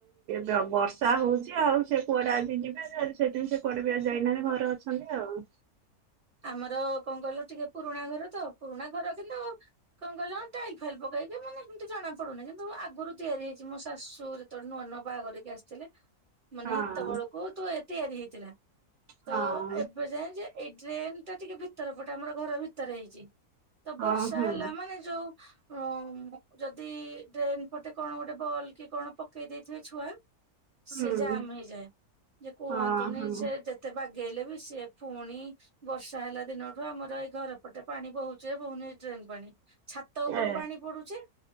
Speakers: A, on the right; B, on the right.
A: ତ ବର୍ଷା ହଉଛି ଆଉ ସେ କୁଆଡା ଆଜି ଯିବେ ଯଲେ ସେଦିନ ସେ କୁଆଡ଼େ ଆଜି ଯାଇନାହାନ୍ତି ଘରେ ଅଛନ୍ତି ଆଉ।
B: ଆମର କଣ କହିଲ ଟିକେ ପୁରୁଣା ଘର ତ ପୁରୁଣା ଘର କିନ୍ତୁ କଣ କହିଲ ଟାଇଲ୍ ଫାଇଲ ପକେଇ କି ମାନେ ସେମିତି ଜଣା ପଡୁନି କିନ୍ତୁ ଆଗୁରୁ ତିଆରି ହେଇଛି ମୋ ଶାଶୁ ଯେତେବେଳେ ନୂଆ ନୂଆ ବାହାଘରିକି ଆସିଥିଲେ ମାନେ
A: ହଁ
B: ସେତେ ବେଳ କୁ ତୁ ଏ ତିଆରି ହେଇଥିଲା
A: ହଁ
B: ତ ଏବେ ଯାଏ ଯେ ଏଇ ଡ୍ରେନ ଟା ଟିକେ ଭିତର ପଟେ ଆମର ଘର ଭିତରେ ହେଇଛି ତ
A: ହଁ
B: ବର୍ଷା
A: ହଁ
B: ହେଲା ମାନେ ଯୋଉ ଓ ଯଦି ଡ୍ରେନ ପଟେ କଣ ଗୋଟେ ବଲ୍ କି କଣ ପକେଇ ଦେଇଥିବେ ଛୁଆ ସିଏ
A: ହୁଁ।
B: ଜାମ ହେଇଯାଏ ଯେ କୁହନ୍ତୁନି
A: ହଁ ହଁ
B: ସେ ଯେତେ ବାଗେଇଲେ ବି ସେ ପୁଣି ବର୍ଷା ହେଲା ଦିନଠୁ ଆମର ଏଇ ଘର ପଟେ ପାଣି ବହୁଛ ବହୁନି ଡ୍ରେନ ପାଣି ଚା ଛତ ଉପରେ
A: ଏ
B: ପାଣି ପଡୁଛେ